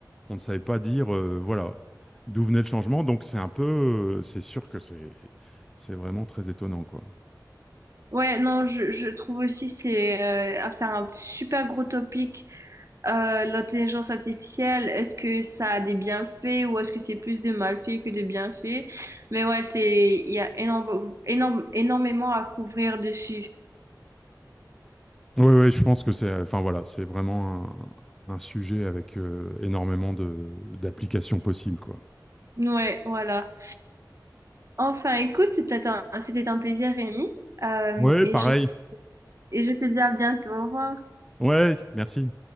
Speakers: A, in the centre; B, on the right.
A: on ne savait pas dire, euh, voilà, d'où venait le changement. Donc c'est un peu, euh, c'est sûr que c'est c'est vraiment très étonnant, quoi.
B: ouais, non, je, je trouve aussi c'est euh, ah, c'est un super gros topic euh, l'intelligence artificielle. Est-ce que ça a des bienfaits ou est-ce que c'est plus de malfaits que de bienfaits? Mais ouais, c'est il y a énorme, énorme, énormément à couvrir dessus.
A: Oui, oui, je pense que c'est, euh, enfin voilà, c'est vraiment un, un sujet avec euh, énormément de d'applications possibles, quoi.
B: Ouais, voilà. Enfin, écoute, c'était un, c'était un plaisir, Rémi, Euh,
A: Oui,
B: et
A: pareil.
B: je te- et je te dis à bientôt. Au revoir.
A: Ouais, merci.